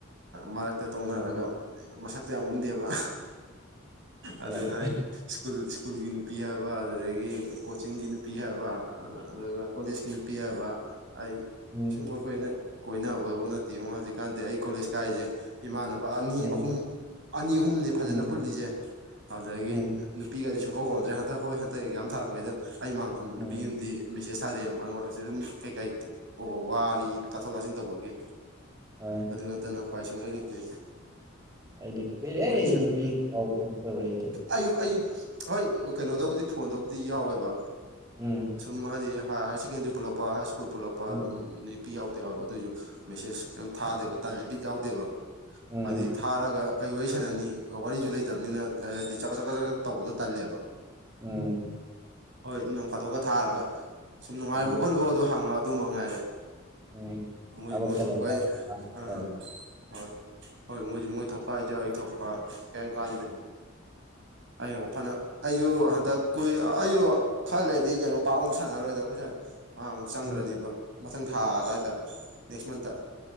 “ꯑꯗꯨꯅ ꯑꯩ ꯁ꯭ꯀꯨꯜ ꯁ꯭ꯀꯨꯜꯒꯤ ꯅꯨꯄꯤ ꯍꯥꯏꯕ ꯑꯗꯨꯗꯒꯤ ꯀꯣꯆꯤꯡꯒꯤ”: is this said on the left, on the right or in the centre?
Right